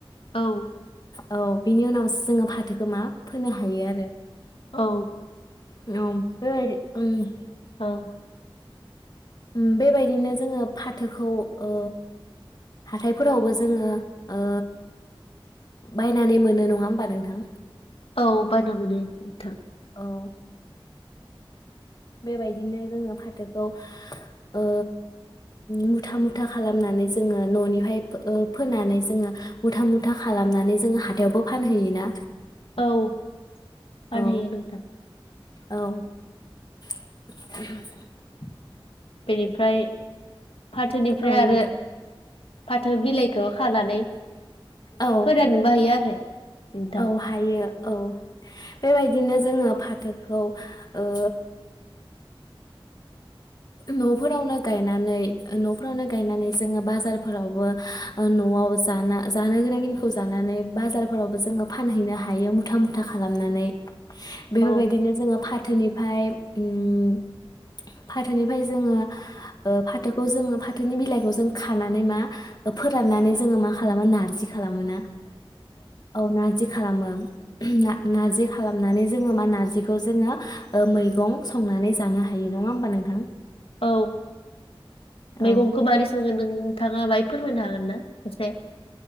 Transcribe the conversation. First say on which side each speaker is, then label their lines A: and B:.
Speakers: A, on the left; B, on the left.
A: औ
B: औ बिनि उनाव जोङो फाथोखौ मा फोनो हायो आरो
A: औ
B: <unintelligible>
A: औ
B: उम बेबायदिनो जोङो फाथोखौ ओ हाथायफोरावबो जोङो ओ बायनानै मोनो नङा होमबा नोंथां
A: औ बायना मोनो नोंथां
B: औ बेबायदिनो जोङो फाथोखौ ओ मुथा मुथा खालामनानै जोङो ननिफाय ओ फोनानै जोङो मुथा मुथा खालामनानै जोङो हाथायावबो फानहैयोना
A: औ फानहैयो
B: औ
A: नोंथां
B: औ <inaudible>
A: बेनिफ्राय फाथोनिफ्राय
B: औ
A: आरो
B: नोंथां
A: फाथो बिलाइखौ खानानै
B: औ
A: फोराननोबो हायो आरो नोंथां
B: औ हायो औ बेबायदिनो जोङो फाथोखौ ओ नफोरावनो गायनानै नफोरावनो गायनानै जोङो बाजारफोरावबो नआव जाना जानो गोनांखिनिखौ जानानै बाजारफोरावबो जोङो फानहैनो हायो मुथा मुथा खालामनानै बेफोरबायदिनो
A: औ
B: जोङो फा थोनिफ्राय उम फाथोनिफ्राय जोङो ओ फाथोखौ जोङो फाथोनि बिलाइखौ जों खानानै मा फोराननानै जोङो मा खालामो नारजिखौ खालामोना औ नाजि खालामो ना नार्जि खालामनानै जोङो मा नारजिखौ जोङो मैगं संनानै जानो हायो। नङा होमबा नोंथां
A: औ मैगंखौ
B: औ
A: मारै सोङो नों नोंथाङा बाहाय फोरमायनो हागोन ना एसे